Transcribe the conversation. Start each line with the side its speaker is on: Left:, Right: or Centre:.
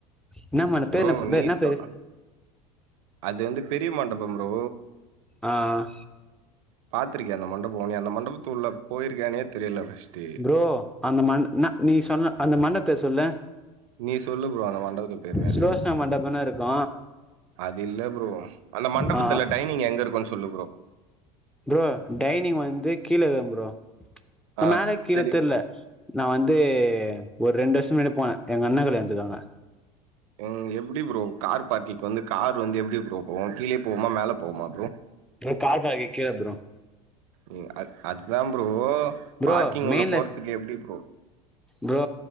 Centre: என்ன மண்ட
Right: ப்ரோ
Centre: பேர் என்ன
Right: நீ
Centre: என்ன
Right: சொ
Centre: பேரு
Right: அது வந்து பெரிய மண்டபம் ப்ரோ
Centre: ஆ ஆ
Right: பாத்துருக்கியா அந்த மண்டபோ நீ அந்த மண்டபத்துள்ள போயிருக்கியானே தெர்ல ஃபர்ஸ்ட்டு
Centre: ப்ரோ அந்த மண்ட் ந நீ சொன்ன அந்த மண்ட பேர் சொல்லு
Right: நீ சொல்லு ப்ரோ அந்த மண்டபத்துக் பேர் என்ன
Centre: சுலோஷ்சனா மண்டபன் இருக்கு
Right: அது இல்ல ப்ரோ அந்த மண்டபத்துல
Centre: ஆ
Right: டைனிங் எங்க இருக்குன் சொல்லு ப்ரோ
Centre: ப்ரோ டைனிங் வந்து கீழேதா ப்ரோ
Right: ஆ
Centre: அ மேலே கீழே
Right: சரி
Centre: தெர்ல நா வந்து ஓர் ரெண்டு வருஷ முன்னாடி போனே எங் அண்ணா கல்யாண்துக்கு அங்க
Right: ம் எப்டி ப்ரோ கார் பார்க்கிங்க் வந்து கார் வந்து எப்டி ப்ரோ போவு கீழே போவுமா மேல போவுமா ப்ரோ
Centre: ப்ரோ கார் பார்க்கிங் கிழ ப்ரோ
Right: ம் அத் அதுதா ப்ரோ
Centre: ப்ரோ
Right: பார்க்கிங்
Centre: மெயின்ல
Right: உள்ள போறதுக் எப்டி ப்ரோ
Centre: ப்ரோ